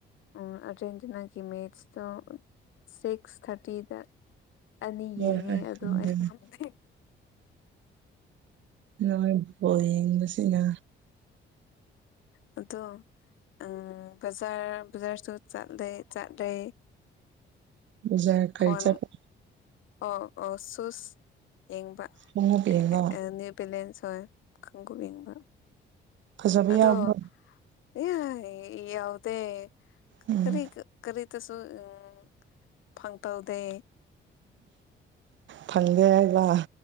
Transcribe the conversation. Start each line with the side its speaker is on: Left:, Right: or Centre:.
Left: ꯎꯝ ꯑꯔꯖꯦꯟꯇꯤꯅꯥꯒꯤ ꯃꯦꯠꯁꯇꯣ ꯁꯤꯛꯁ ꯊꯥꯔꯇꯤꯗ ꯑꯅꯤ ꯌꯦꯡꯉꯦ
Right: ꯍꯣꯏ ꯍꯣꯏ
Left: ꯑꯗꯣ ꯑꯩꯅ ꯉꯝꯗꯦ
Right: ꯅꯣꯏ ꯕꯣꯜ ꯌꯦꯡꯕꯥꯁꯤꯅ
Left: ꯑꯗꯣ ꯎꯝ ꯕꯖꯥꯔ ꯕꯖꯥꯔꯁꯨ ꯆꯠꯂꯦ ꯆꯠꯂꯦ
Right: ꯕꯖꯥꯔ ꯀꯔꯤ
Left: ꯈꯣꯟ
Right: ꯆꯠꯄ
Left: ꯑꯣ ꯑꯣ ꯁꯨꯁ ꯌꯦꯡꯕ ꯑ-ꯑ
Right: ꯈꯣꯡꯎꯞ ꯌꯦꯡꯕ
Left: ꯅ꯭ꯌꯨꯕꯦꯂꯦꯟꯁ ꯍꯣꯏ ꯈꯨꯡꯒꯨꯞ ꯌꯦꯡꯕ
Right: ꯐꯖꯕ
Left: ꯑꯗꯣ
Right: ꯌꯥꯎꯕ
Left: ꯌꯤꯑꯥꯏ ꯌꯥꯎꯗꯦ
Right: ꯎꯝ
Left: ꯀ꯭ꯔꯤ ꯀ꯭ꯔꯤꯇꯥꯁꯨ ꯎꯝ ꯐꯪ ꯇꯧꯗꯦ
Right: ꯐꯪꯗꯦ ꯍꯥꯏꯕ